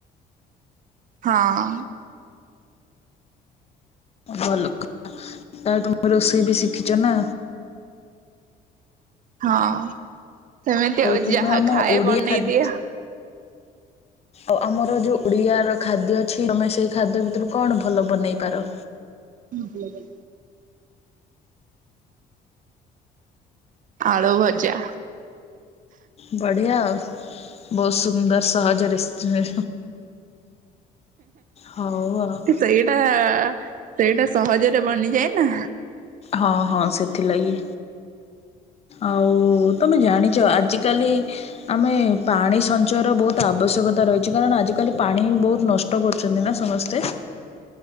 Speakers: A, on the right; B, on the left.
A: ହଁ।
B: ଭଲ କଥା ତା ତ ତୁମେ ରୋଷେଇ ବି ଶିଖିଛ ନା।
A: ହଁ ସେମିତି ଆଉ
B: ତୁମେ
A: ଯାହା
B: ଆମ
A: ଖାଏ
B: ଓଡ଼ିଆ
A: ବନେଇଦି।
B: ଖାଦ୍ୟ ଆଉ ଆମର ଯୋଉ ଓଡିଆର ଖାଦ୍ୟ ଅଛି ତମେ ସେଇ ଖାଦ୍ୟ ଭିତରୁ କଣ ଭଲ ବନେଇ ପାର।
A: ହୁଁ ଭଲ ଆଳୁ ଭଜା।
B: ବଢିଆ ବହୁତ ସୁନ୍ଦର ସହଜ ରେସଟ ହଉ ଆଉ।
A: ସେଇଟା ସେଇଟା ସହଜରେ ବନିଯାଏ ନା।
B: ହଁ ହଁ ସେଥିଲାଗି। ଆଉ ତମେ ଜାଣିଛ ଆଜିକାଲି। ଆମେ ପାଣି ସଞ୍ଚୟର ବହୁତ ଆବଶ୍ୟକତା ରହିଛି କାରଣ ଆଜିକାଲି ପାଣି ବହୁତ ନଷ୍ଟ ଷ୍ଟ କରୁଛନ୍ତି ନା ସମସ୍ତେ।